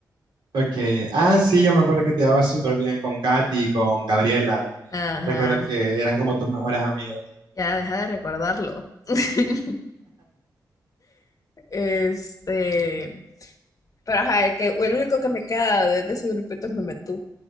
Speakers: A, on the right (about 85°); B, on the left (about 50°).
A: ok. Ah, sí, yo me acuerdo que te llevabas súper bien con Katy, con Gabriela.
B: Ajá,
A: Recuerdo que eran como tus mejores amigas.
B: ya deja de recordarlo. <laughs> Este, pero ajá, el que el único que me queda de, de ese grupito es Memetú.